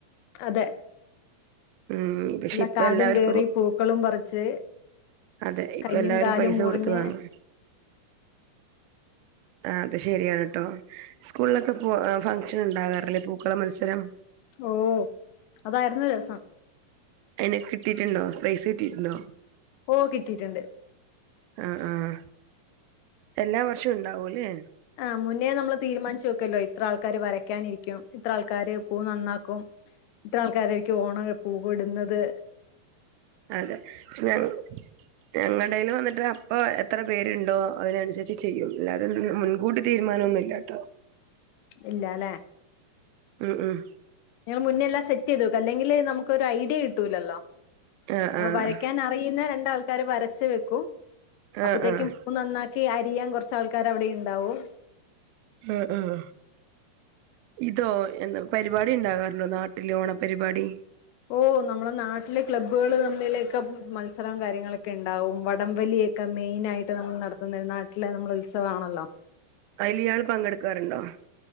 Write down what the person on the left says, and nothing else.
അതെ
ഉള്ള
കാടും
കേറി
പൂക്കളും പറിച്ച്
കയ്യും
കാലും
മുറിഞ്ഞ്
ഓഹ് അതായിരുന്നു രസം
ഓഹ് കിട്ടിയിട്ടുണ്ട്
ആഹ് മുന്നേ നമ്മള് തീരുമാനിച്ചു വെക്കല്ലോ ഇത്ര ആൾക്കാര് വരയ്ക്കാനിരിക്കും ഇത്ര ആൾക്കാര് പൂവ് നന്നാക്കും ഇത്ര ആൾക്കാരായിക്കും ഓണം പൂവിടുന്നത്
ഇല്ല ല്ലേ.
ഞാൻ മുന്നേയല്ലാം സെറ്റ് ചെയ്ത് വെക്കും. അല്ലങ്കില് നമുക്കൊരു ഐഡിയ കിട്ടൂലല്ലോ.
അപ്പ
വരയ്ക്കാൻ അറിയുന്ന രണ്ടാൾക്കാര് വരച്ച് വെക്കും അപ്പത്തേക്കും.
നന്നാക്കി അരിയാൻ കൊറച്ച് ആൾക്കാര് അവിടെ ഉണ്ടാവും.
ഓഹ് നമ്മളെ നാട്ടിലെ ക്ലബ്ബുകള് തമ്മിലൊക്കെ മത്സരം കാര്യങ്ങളൊക്കെ ഉണ്ടാവും വടംവലിയൊക്കെ ക്കെ മെയിൻ ആയിട്ട് നമ്മള് നടത്തുന്നത് നാട്ടിലെ നമ്മളെ ഉത്സവമാണല്ലോ.